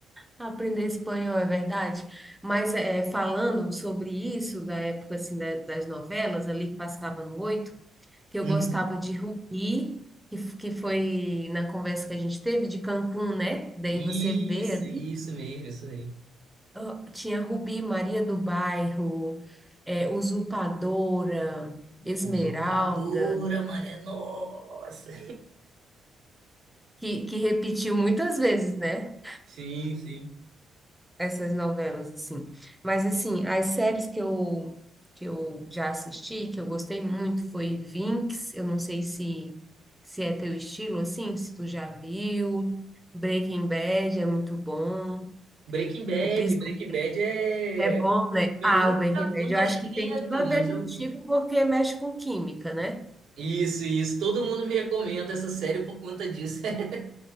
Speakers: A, in the centre; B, on the right.
A: Aprender espanhol, é verdade. Mas é, falando sobre isso, da época assim, da- das novelas ali que passava no oito, que eu
B: Uhum.
A: gostava de Rubi, que, f- que foi na conversa que a gente teve de Cancún, né? Que daí
B: Isso,
A: você vê ali,
B: isso mesmo, isso mesmo.
A: ó, tinha Rubi, Maria do Bairro, é, Usurpadora, Esmeralda,
B: Usurpadora, mané. Nossa.
A: que, que repetiu muitas vezes, né?
B: Sim, sim.
A: essas novelas, assim. Mas, assim, as séries que eu, que eu já assisti, que eu gostei muito, foi Vinx, eu não sei se, se é teu estilo, assim, se tu já viu, Breaking Bad é muito bom,
B: Breaking Bad.
A: O Prisão
B: Breaking Bad é.
A: é bom, né?
B: Eu
A: Ah,
B: nunca,
A: o Breaking Bad,
B: nunca
A: eu acho
B: cheguei
A: que tem
B: a
A: tudo
B: ver,
A: a
B: mas
A: ver
B: já
A: contigo,
B: ouvi.
A: porque mexe com química, né?
B: Isso, isso. Todo mundo me recomenda essa série por conta disso. <laughs>